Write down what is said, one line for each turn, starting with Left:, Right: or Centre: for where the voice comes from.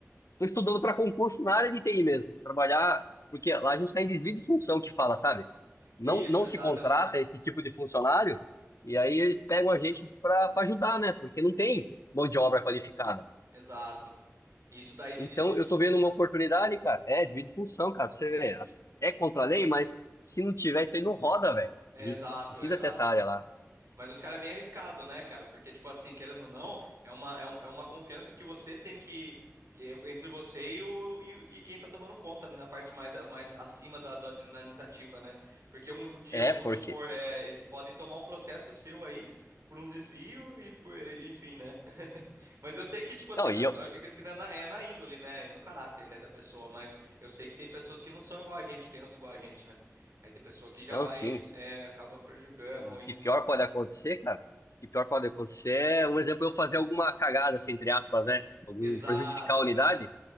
Left: Tô estudando para concurso na área de TI mesmo. Trabalhar, porque lá a gente tá em desvio de função que fala, sabe? Não,
Right: Isso,
Left: não
Right: exato,
Left: se contrata
Right: é onde...
Left: esse tipo de funcionário e aí eles pegam a gente para ajudar, né? Porque não tem mão de obra qualificada.
Right: exato. Isso daí de
Left: Então,
Right: desvio de
Left: eu
Right: função.
Left: tô vendo uma oportunidade, cara. É, divide função, cara. Você
Right: É,
Left: vê, é contra a lei, mas se não tiver isso aí, não roda, velho.
Right: é
Left: E
Right: exato,
Left: Precisa
Right: exato.
Left: ter essa área lá.
Right: Mas os caras é bem arriscado, né, cara? Porque, tipo assim, querendo ou não, é uma, é um- é uma confiança que você tem que. que é Entre você e, o, e, o- e quem tá tomando conta, né? Na parte mais, a- mais acima da, da administrativa, né? Porque um, um dia,
Left: É,
Right: vamos
Left: porque.
Right: supor, é, eles podem tomar um processo seu aí por um desvio e por, enfim, né? <laughs> Mas eu sei que, tipo assim,
Left: Não, e
Right: eu,
Left: eu.
Right: eu acredito que não é na, é na índole, né? e No caráter, né, da pessoa, mas eu sei que tem pessoas que não são igual a gente, pensam igual a gente, né? Aí tem pessoa que já
Left: Não,
Right: vai,
Left: sim.
Right: é, acaba prejudicando
Left: O
Right: ou indo
Left: que
Right: em cima.
Left: pior pode acontecer, cara? O que pior pode acontecer é, um exemplo, eu fazer alguma cagada, assim, entre aspas, né? Algum
Right: Exato,
Left: prejudicar a unidade.
Right: tá-